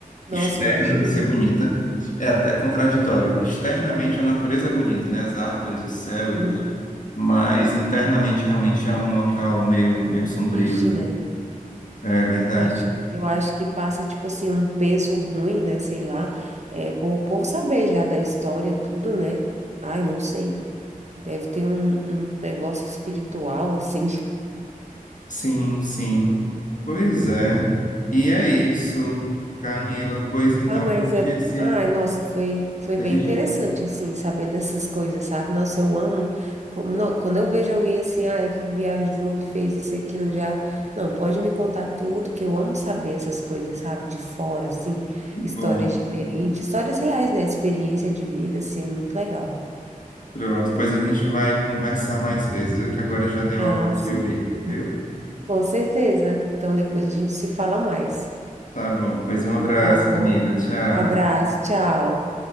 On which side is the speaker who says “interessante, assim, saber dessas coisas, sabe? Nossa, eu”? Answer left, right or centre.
Right